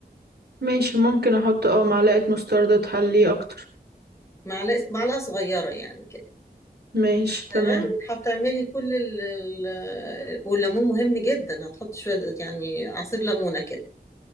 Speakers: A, on the right; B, on the left.
A: ماشي ممكن احط اه معلقة مستردة تحليه اكتر
B: معلقة معلقة صغيرة يعني كده
A: ماشي تمام
B: تمام هتعملي كل ال ال- والليمون مهم جدا هتحطي شوية يعني عصير ليمونة كده